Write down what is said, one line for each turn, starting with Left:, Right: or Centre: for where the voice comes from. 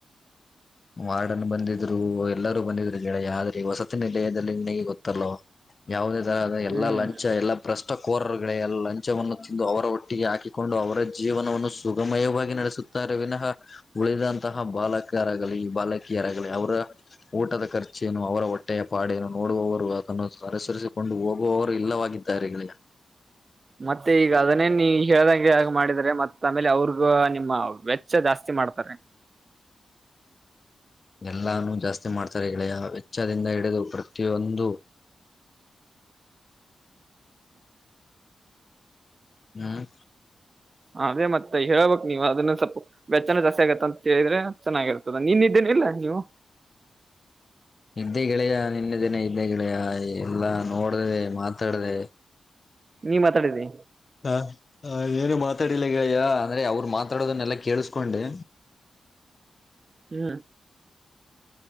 Left: ವಾರ್ಡನ್ ಬಂದಿದ್ರು ಎಲ್ಲಾರೂ ಬಂದಿದ್ರು ಗೆಳೆಯ ಅದ ಈ ವಸತಿ ನಿಲಯದಲ್ಲಿ ನಿನಗೆ ಗೊತ್ತಲ್ಲೋ ಯಾವುದೇ ತರ ಎಲ್ಲಾ
Right: ಹ್ಮ್
Left: ಲಂಚ ಎಲ್ಲಾ ಭ್ರಷ್ಟ ಕೋರರುಗಳೆ ಎ ಲಂಚವನ್ನು ತಿಂದು ಅವರ ಹೊಟ್ಟೆಗೆ ಹಾಕಿಕೊಂಡು ಅವರ ಜೀವನವನ್ನು ಸುಗಮಯವಾಗಿ ನಡೆಸುತ್ತಾರೆ ವಿನಃ. ಉಳಿದಂತಹ ಬಾಲಕರಾಗಲಿ ಈ ಬಾಲಕ್ ಗಿಯರಾಗಲಿ ಅವರ ಊಟದ ಖರ್ಚೇನು ಅವರ ಹೊಟ್ಟೆಯ ಪಾಡೇನು ನೋಡುವವರು ಅದನ್ನು ಅರಸರಿಸಿಕೊಂಡ್ ಹೋಗುವವರು ಇಲ್ಲವಾಗಿದ್ದಾರೆ ಗೆಳೆಯ
Right: ಮತ್ತೆ ಈಗ ಅದನ್ನೇ ನೀ ಹೇಳ್ದಂಗೆ ಮಾಡಿದ್ರೆ ಮತ್ ಆಮೇಲೆ ಅವ್ರಿಗೂ ನಿಮ್ಮ ವೆಚ್ಚ ಜಾಸ್ತಿ ಮಾಡ್ತಾರೆ.
Left: ಎಲ್ಲಾನು ಜಾಸ್ತಿ ಮಾಡ್ತಾರೆ ಗೆಳೆಯ ವೆಚ್ಚದಿಂದ ಹಿ ಡಿದು ಪ್ರತಿಯೊಂದು ಹ್ಮ್
Right: ಅದೇ ಮತ್ತೆ ಹೇಳ್ಬಬೇಕ್ ನೀವು ಅದನ್ನ ಸ್ವಲ್ಪ ವೆಚ್ಚನ ಜಾಸ್ತಿ ಆಗತ್ತ ಅಂತ ಹೇಳಿದ್ರೆ ಚೆನ್ನಾಗಿರುತ್ತೆ. ನಿನ್ನೆ ಇದ್ದೆನಿಲ್ಲ ನೀವು
Left: ಇದ್ದೇ ಗೆಳೆಯ ನಿನ್ನೆ ದಿನ ಇದ್ದೆ ಗೆಳೆಯ ಎಲ್ಲಾ ನೋಡ್ದೇ ಮಾತ್ ತಡದೆ
Right: ನೀ ಮಾತಾಡಿದಿ
Left: ಹಾ ಹಾ ಏನು ಮಾತಾಡಿಲ್ಲ ಗೆಳೆಯ ಅಂದ್ರೆ ಅವ ಮಾತಾಡೋದನ್ನೆಲ್ಲ ಕೇಳಸ್ಕೊಂಡೆ.
Right: ಹ್ಮ